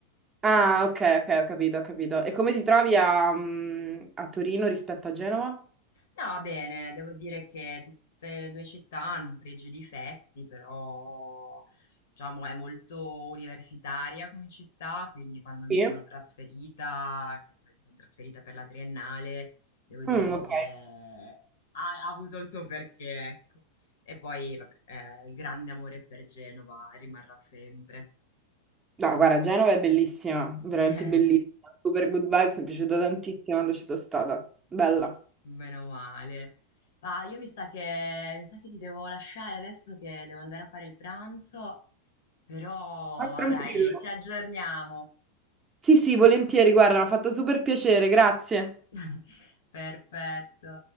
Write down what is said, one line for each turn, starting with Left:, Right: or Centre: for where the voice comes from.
Right: Ah, ok, ok, ho capito, ho capito. E come ti trovi a, mm, a Torino rispetto a Genova?
Left: No, bene, devo dire che tutte le due città hanno pregi e difetti, però diciamo è molto universitaria come città, quindi quando mi
Right: Sì.
Left: sono trasferita, che poi mi sono trasferita per la triennale, devo dire
Right: Mm, ok.
Left: che ha, ha avuto il suo perché, ecco. E poi, vabbè, eh, il grande amore per Genova rimarrà sempre.
Right: No, guarda, Genova è bellissima, veramente
Left: <laughs>
Right: bellissima. Super good vibes, mi è piaciuta tantissimo quando ci sono stata. Bella.
Left: Meno male. Ah, io mi sa che, mi sa che ti devo lasciare adesso che devo andare a fare il pranzo, però
Right: Vai tranquillo.
Left: dai, ci aggiorniamo.
Right: Sì, sì, volentieri, guarda, mi ha fatto super piacere, grazie.
Left: <laughs> Perfetto.